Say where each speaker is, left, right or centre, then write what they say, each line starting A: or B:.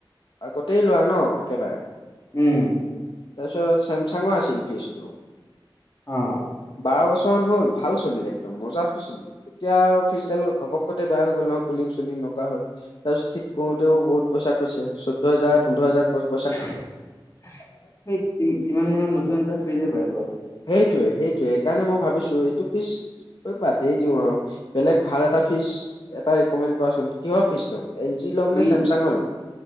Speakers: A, on the left; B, on the left.
A: আগতেই লোৱা ন একেবাৰে
B: উম
A: তাৰপিছত চেমচাঙৰ আছিল ফ্ৰিজটো
B: অঁ
A: বাৰ বছৰ মান হ'ল ভাল চলিল একদম মজা <unintelligible> এতিয়া ফ্ৰিজডাল ঘপককতে বেয়া হৈ গ'ল নহয় কুলিং চুলিং নকৰা হ'ল তাছত ঠিক কৰোতেও বহুত পইচা কৈছে চৈধ্য হাজাৰ পোন্ধৰ হাজাৰ ক
B: সেই কি সিমান মানৰ নতুন এটা ফ্ৰিজে পাই যাবা।
A: সেইটোৱে সেইটোৱে সেইকাৰণে মই ভাবিছো এইটো ফিচ বাদেই দিও আৰু বেলেগ ভাল এটা ফিজ এটা ৰিকমেণ্ড কৰাচোন, কিহৰ ফিচ লম? এল জি ল'ম
B: ফ্ৰি
A: নে ছেমচাং ল'ম?